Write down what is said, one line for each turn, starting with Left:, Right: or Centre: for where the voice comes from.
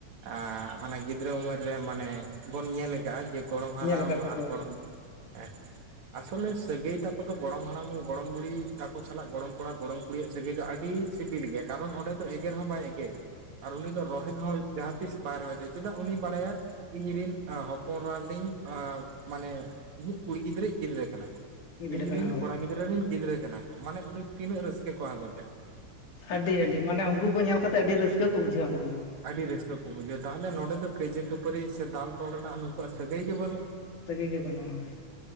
Right: ᱮᱻ ᱦᱟᱱᱮ ᱜᱤᱫᱽᱨᱟᱹ ᱩᱢᱮᱨ ᱨᱮ ᱢᱟᱱᱮ ᱵᱚᱱ ᱧᱮᱞ ᱟᱠᱟᱫᱼᱟ ᱡᱮ ᱜᱚᱲᱚᱢ
Left: ᱧᱮᱞ
Right: ᱦᱟᱲᱟᱢ
Left: ᱟᱠᱟᱫ ᱠᱚᱣᱟ
Right: ᱟᱨ
Left: ᱦᱳᱭ
Right: ᱜᱚᱲᱚᱢ ᱦᱮᱸ ᱟᱥᱚᱞᱮ ᱥᱟᱹᱜᱟᱹᱭ ᱛᱟᱠᱚ ᱫᱚ ᱜᱚᱲᱚᱢ ᱦᱟᱲᱟᱢ ᱜᱚᱲᱚᱢ ᱵᱩᱲᱦᱤ ᱛᱟᱠᱚ ᱥᱟᱞᱟᱜ ᱜᱚᱲᱚᱢ ᱠᱚᱲᱟ ᱜᱚᱲᱚᱢ ᱠᱩᱲᱤᱭᱟᱜ ᱥᱟᱹᱜᱟᱹᱭ ᱫᱚ ᱟᱹᱰᱤ ᱥᱤᱵᱤᱞ ᱜᱮᱭᱟ ᱠᱟᱨᱚᱱ ᱚᱸᱰᱮ ᱫᱚ ᱮᱜᱮᱨ ᱦᱚᱸ ᱵᱟᱭ ᱮᱜᱮᱨᱮᱭᱟ ᱟᱨ ᱩᱱᱤ ᱫᱚ ᱨᱳᱦᱮᱫ ᱦᱚᱸ ᱡᱟᱦᱟᱸ ᱛᱤᱥ ᱵᱟᱭ ᱨᱚᱦᱮᱫᱟ ᱪᱮᱫᱟᱜ ᱩᱱᱤᱭ ᱵᱟᱲᱟᱭᱟᱭ ᱤᱧ ᱨᱮᱱ ᱚ ᱦᱚᱯᱚᱱᱨᱟᱧ ᱚ ᱢᱟᱱᱮ ᱤᱧᱤᱡ ᱠᱩᱲᱤ ᱜᱤᱫᱽᱨᱟᱹᱤᱡ ᱜᱤᱫᱽᱨᱟᱹ ᱠᱟᱱᱟ ᱠᱚ
Left: ᱜᱤᱫᱽᱨᱟᱹ
Right: ᱤᱧ
Left: ᱠᱟᱱᱟ
Right: ᱨᱤᱱ
Left: ᱦᱳᱭ
Right: ᱠᱚᱲᱟ ᱜᱤᱫᱽᱨᱟᱹ ᱨᱤᱱ ᱜᱤᱫᱽᱨᱟᱹ ᱠᱟᱱᱟ ᱠᱚ ᱢᱟᱱᱮ ᱩᱱᱤ ᱛᱤᱱᱟᱹᱜ ᱨᱟᱹᱥᱠᱟᱹ ᱠᱚ ᱟᱜᱚᱸᱡᱟ
Left: ᱟᱹᱰᱤ ᱟᱹᱰᱤ ᱢᱟᱱᱮ ᱩᱱᱠᱩ ᱠᱚ ᱧᱮᱞ ᱠᱟᱛᱮᱜ ᱟᱹᱰᱤ ᱨᱟᱹᱥᱠᱟᱹ ᱠᱚ ᱵᱩᱡᱷᱟᱹᱣᱟ ᱩᱱᱠᱩ ᱦᱚᱸ
Right: ᱟᱹᱰᱤ ᱨᱟᱹᱥᱠᱟᱹ ᱠᱚ ᱵᱩᱡᱷᱟᱹᱣᱟ ᱛᱟᱦᱚᱞᱮ ᱱᱚᱸᱰᱮ ᱫᱚ ᱠᱟᱹᱭᱡᱟᱹ ᱠᱷᱟᱹᱯᱟᱹᱨᱤ ᱥᱮ ᱫᱟᱞ ᱛᱚᱞ ᱨᱮᱱᱟᱜ ᱱᱩᱠᱩᱣᱟᱜ ᱥᱟᱹᱜᱟᱹᱭ ᱜᱮ ᱵᱟᱹᱱᱩᱜ ᱟᱱ
Left: ᱥᱟᱹᱜᱟᱹᱤ ᱜᱮ ᱵᱟᱹᱱᱩᱜᱼᱟ ᱦᱳᱭ